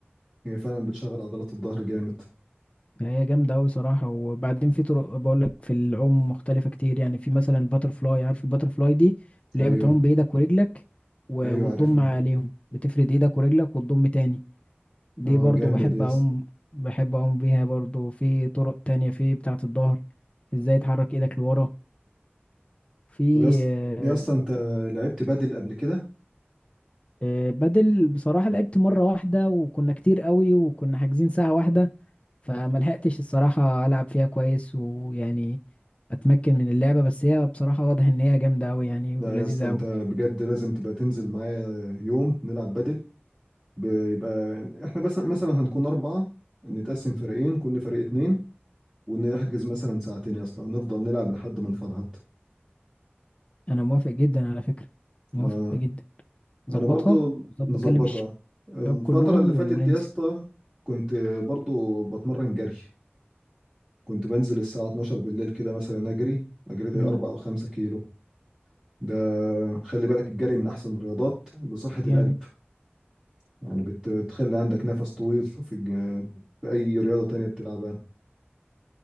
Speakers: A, on the right (about 20°); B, on the left (about 30°).
A: هي فعلا بتشغل عضلات الظهر جامد
B: يعني هي جامدة أوي صراحة وبعدين في طرق بقولك في العوم مختلفة كتير يعني في مثلا الباتر فلاي عارف الباتر فلاي دي اللي
A: أيوه
B: هي بتعوم بإيدك ورجلك و-
A: أيوه
B: وتضم
A: عارفها
B: عليهم بتفرد إيدك ورجلك وتضم تاني دي
A: اه
B: برضو
A: جامدة
B: بحب
A: دي يا
B: أعوم
A: اسطى
B: بحب أعوم بيها برضو في طرق تانية في بتاعة الظهر إزاي تحرك إيدك لورا في
A: طب يا اسطى
B: آه،
A: يا اسطى أنت لعبت بدل قبل كده؟
B: آه، بدل بصراحة لعبت مرة واحدة وكنا كتير قوي وكنا حاجزين ساعة واحدة فما لحقتش الصراحة ألعب فيها كويس ويعني أتمكن من اللعبة بس هي بصراحة واضح إن هي جامدة أوي يعني
A: لا
B: ولذيذة
A: يا اسطى أنت
B: أوي
A: بجد لازم تبقى تنزل معايا يوم نلعب بدل بيبقى احنا بس مثلا هنكون أربعة نتقسم فريقين كل فريق اتنين ونحجز مثلا ساعتين يا اسطى نفضل نلعب لحد ما نفرهد
B: أنا موافق جدا على فكرة موافق
A: آه.
B: جدا ظبطها
A: أنا برضو
B: وظبط
A: نظبطها
B: أكلم الشباب
A: الفترة
B: كلهم
A: اللي فاتت
B: وننزل
A: دي يا اسطى كنت برضو بتمرن جري كنت بنزل الساعة 12 بالليل كده مثلا أجري أجري لي
B: مم.
A: أربعة أو خمسة كيلو ده خلي بالك الجري من أحسن الرياضات لصحة
B: جامد
A: القلب يعني بت- بتخلي عندك نفس طويل في الج... في أي رياضة تانية بتلعبها